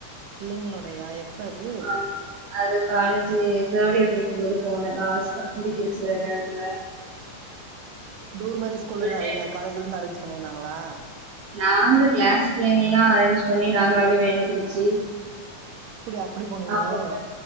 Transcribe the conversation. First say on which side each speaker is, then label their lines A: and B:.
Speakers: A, on the right (about 85°); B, on the right (about 65°).
A: பிள்ளைங்களோடையா எப்ப அது
B: ஆமா அது காலேஜ் தர்ட் இயர் படிக்கும்போது போனே லாஸ்ட்டா முடிக்கிற சில நேரத்தில
A: டூர் மாரி ஸ்கூல்லருந்து
B: பிள்ளைகள்
A: மாரி காலேஜ்லருந்து அரேஞ்ச் பண்ணிருந்தாகங்ளா
B: நாங்க கிளாஸ் பிள்ளைங்க எல்லாம் அரேஞ்ச் பண்ணி நாங்களாவே வேன பிடுச்சு
A: அப்டி அப்டி போனீங்களோ
B: அப்ப போய்